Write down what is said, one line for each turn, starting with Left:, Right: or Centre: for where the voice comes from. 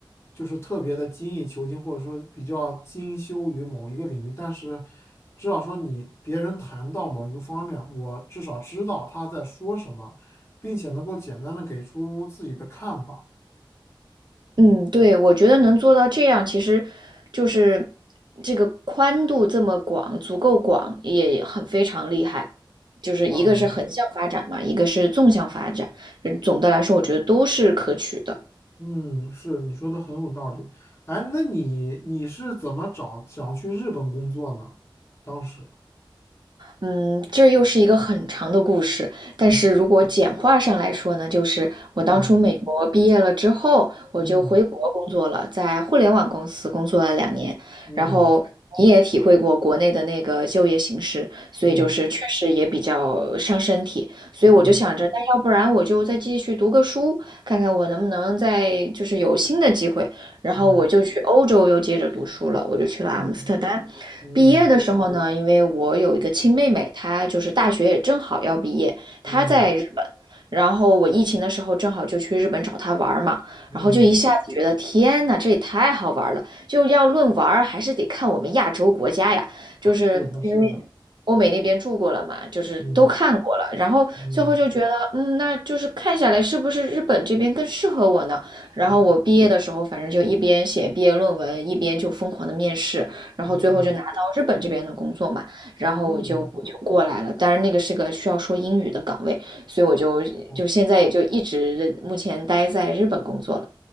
Left: 就是特别的精益求精，或者说比较精修于某一个领域，但是至少说你别人谈到某一个方面，我至少知道他在说什么，并且能够简单的给出自己的看法。
Right: 嗯，对，我觉得能做到这样，其实就是这个宽度这么广，足够广，也很非常厉害。就是一个是横向发展嘛，
Left: 啊，
Right: 一个是纵向发展，嗯总的来说，我觉得都是可取的。
Left: 嗯，是你说的很有道理。哎，那你你是怎么找想去日本工作呢？当时，
Right: 嗯，这又是一个很长的故事，但是如果简化上来说呢，
Left: 嗯
Right: 就是我当初美国毕业了之后，
Left: 嗯
Right: 我就回国工作了，
Left: 嗯
Right: 在互联网公司工作了两年，
Left: 嗯
Right: 然后你也体会过国内的那个就业形势，所以就是确实也比较伤身体，
Left: 嗯，
Right: 所以我就想着，
Left: 对，
Right: 那要不然我就再继续读个书，看看我能不能再就是有新的机会，然后我就去欧洲又接着读书了，
Left: 嗯
Right: 我就去了阿姆斯特丹。
Left: 嗯嗯
Right: 毕业的时候呢，因为我有一个亲妹妹，她就是大学也正好要毕业，
Left: 嗯
Right: 她在日本，然后我疫情的时候正好就去日本找她玩儿嘛，
Left: 嗯，
Right: 然后就一下子觉得天呐，这也太好玩了！就要论玩儿还是得看我们亚洲国家呀，就是因为
Left: 是的，是的，
Right: 欧美那边住过了嘛，就是都看过了，
Left: 嗯
Right: 然后最后就觉得，
Left: 嗯
Right: 嗯，那就是看下来是不是日本这边更适合我呢？然后我毕业的时候，
Left: 嗯
Right: 反正就一边写毕业论文，一边就疯狂的面试。然后最后就拿到日本这边的工作嘛，
Left: 嗯
Right: 然后我就我就过来了。
Left: 嗯，
Right: 当然那个是个需要说英语的岗位，所以我就就现在也就一直目前待在日本工作了。
Left: 哦